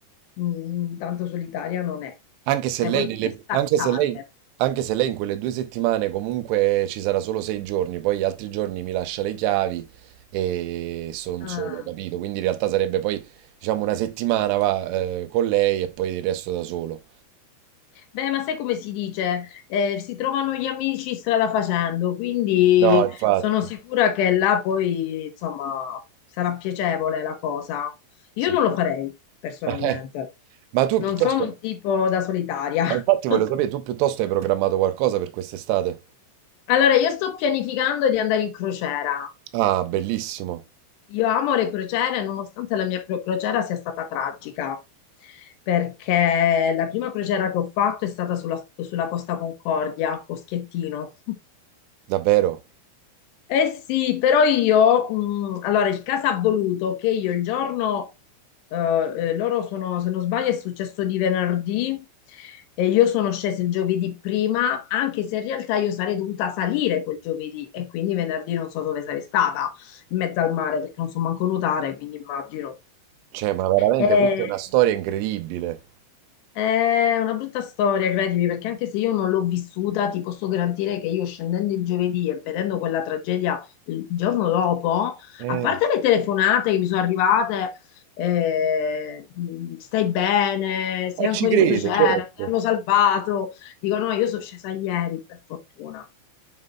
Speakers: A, on the left (about 75°); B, on the right (about 80°).
A: mm, tanto solitaria non è.
B: Anche se
A: Cioè
B: lei,
A: vuoi proprio
B: nelle-
A: staccare.
B: anche se lei, anche se lei in quelle due settimane comunque ci sarà solo sei giorni, poi gli altri giorni mi lascia le chiavi e sono
A: Ah.
B: solo, capito? Quindi in realtà sarebbe poi, diciamo, una settimana va, eh, con lei e poi il resto da solo.
A: Beh, ma sai come si dice? Eh, si trovano gli amici strada facendo, quindi
B: No, infatti,
A: sono sicura che là poi, insomma, sarà piacevole la cosa. Io
B: sì.
A: non lo farei personalmente.
B: <laughs> Ma tu
A: Non
B: piuttosto,
A: sono un tipo da solitaria.
B: eh, infatti
A: <laughs>
B: voglio sapere, tu piuttosto hai programmato qualcosa per quest'estate?
A: Allora, io sto pianificando di andare in crociera.
B: Ah, bellissimo,
A: Io amo le crociere, nonostante la mia pro- crociera sia stata tragica, perché la prima crociera che ho fatto è stata sulla, sulla Costa Concordia, Coschiettino.
B: davvero.
A: Eh sì, però io, mh, allora il caso ha voluto che io il giorno, eh, eh, loro sono, se non sbaglio, è successo di venerdì e io sono scesa il giovedì prima, anche se in realtà io sarei dovuta salire quel giovedì e quindi venerdì non so dove sarei stata, in mezzo al mare, perché non so manco nuotare, quindi immagino.
B: Cioè, ma veramente
A: Eh,
B: questa è una storia incredibile.
A: è una brutta storia, credimi, perché anche se io non l'ho vissuta, ti posso garantire che io scendendo il giovedì e vedendo quella tragedia il giorno dopo,
B: Eh,
A: a parte le telefonate che mi sono arrivate, eh, mh, stai bene, sei
B: eh,
A: ancora
B: ci credo,
A: in crociera,
B: certo.
A: ti hanno salvato, dico no, io sono scesa ieri, per fortuna.